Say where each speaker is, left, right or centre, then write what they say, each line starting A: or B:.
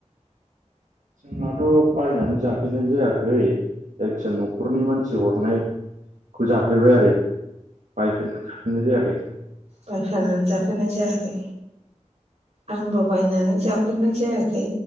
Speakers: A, on the right; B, on the right.
A: जोंहाथ' बायनानै जाफेरनाय जायाखै जायखिजाया न'खरनि मानसि हरनाय खौ जाफेरबाय आरो बायफेरनानै जाफेरनाय जायाखै
B: बायफेरनानै जाफेरनाय जायाखै आंबो बायनानै जाफेरनाय जायाखै